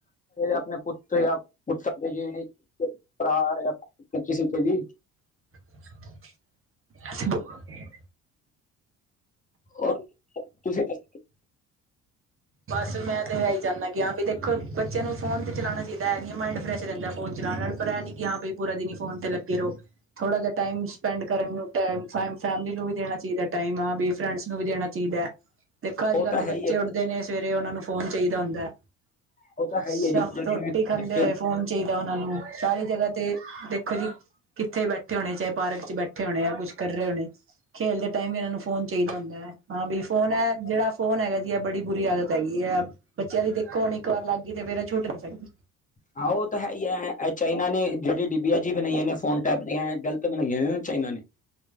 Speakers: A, on the left (about 25°); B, on the right (about 40°).
A: ਅਪਨੇ ਪੁੱਤ ਯਾ ਪੁੱਤਰ ਯਾਂ ਭਰਾ ਯਾਂ ਕਿਸੀ ਤੇ ਵੀ
B: <inaudible>
A: ਹੋਰ ਤੁਸੀ ਦੱਸੋ?
B: ਬਸ ਮੈਂ ਤੇ ਐਈ ਚਾਨਾ ਕਿ ਹਾਂ ਬੀ ਦੇਖੋ ਬੱਚੇਆਂ ਨੂੰ ਫੋਨ ਤੇ ਚਲਾਣਾ ਚਈਦਾ ਐ ਨੀ ਮਾਇੰਡ ਫਰੈਸ਼ ਰੈਂਦਾ। ਫੋਨ ਚਲਾਨ ਨਾਲ ਪਰ ਐਨੀ ਕਿ ਹਾਂ ਪੂਰਾ ਦਿਨ ਈ ਫੋਨ ਤੇ ਲੱਗੇ ਰਓ। ਥੋੜਾ ਜਾ ਟਾਈਮ ਸਪੈਂਡ ਕਰਨ ਨੂੰ ਟੈਮ ਫੈਮ ਫੈਮਲੀ ਨੂੰ ਵੀ ਦੇਣਾ ਚਾਈਦਾ ਟਾਈਮ ਹਾਂ ਬੀ ਫਰੈਂਡਸ ਨੂੰ ਵੀ ਦੇਣਾ ਚਈਦਾ। ਦੇਖੋ ਅੱਜ
A: ਉਹ
B: ਕੱਲ
A: ਤਾਂ
B: ਦੇ
A: ਹੈ
B: ਬੱਚੇ
A: ਹੀ ਹੈ
B: ਉੱਠਦੇ ਨੇ ਸਵੇਰੇ ਓਨਾਂ ਨੂੰ ਫੋਨ ਚਾਈਦਾ ਹੁੰਦਾ ਐ।
A: ਉਹ ਤਾਂ ਹੈ
B: ਸ਼
A: ਹੀ ਹੈ ਜੀ ਪੂਰਾ
B: ਰੋਟੀ
A: ਦਿਨ ਵੀ
B: ਖਾਂਦੇ ਹੋਏ ਫੋਨ ਚਾਈਦਾ ਓਨਾ ਨੂੰ ਸਾਰੀ ਜਗਾ ਤੇ ਦੇਖੋ ਜੀ, ਕਿੱਥੇ ਬੈਠੇ ਹੋਣੇ ਚਾਏ ਪਾਰਕ ਚ ਬੈਠੇ ਹੋਣੇ ਆ ਕੁੱਛ ਕਰ ਰੇ ਹੋਣੇ। ਖੇਲ ਦੇ ਟਾਈਮ ਵੀ ਏਨਾ ਨੂੰ ਫੋਨ ਚਾਈਦਾ ਹੁੰਦਾ ਐ। ਹਾਂ ਬੀ ਫੋਨ ਐ ਜੇੜਾ ਫੋਨ ਹੈਗਾ ਜੀ ਐ ਬੜੀ ਬੁਰੀ ਆਦਤ ਹੈਗੀ ਐ। ਬੱਚੇਆਂ ਦੀ ਦੇਖੋ ਹੁਣ ਇੱਕ ਵਾਰ ਲੱਗ ਗਈ ਤੇ ਫੇਰ ਏ ਛੁੱਟ ਨੀ ਸਕਦੀ।
A: ਹਾਂ ਓ ਤਾਂ ਹੈ ਈ ਐ। ਐ ਚਾਈਨਾ ਨੇ ਜੇੜੀ ਡਿਬੀਆ ਜੀ ਬਨਾਈਆਂ ਨੇ ਫੋਨ ਟੈਪ ਦੀਆਂ ਐ ਗਲ ਤ ਬਣਾਈਆਂ ਨੇ ਨਾ ਚਾਈਨਾ ਨੇ।